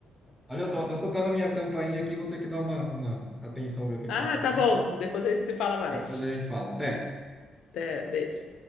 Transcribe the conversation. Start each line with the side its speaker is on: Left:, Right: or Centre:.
Centre: Olha só, tô tocando minha campainha aqui, vou ter que dar uma, uma atenção, ver o que
Left: Ah,
Centre: que tá acontecendo.
Left: tá bom. Depois a gente se fala mais.
Centre: Depois a gente fala. Até.
Left: Até, beijo.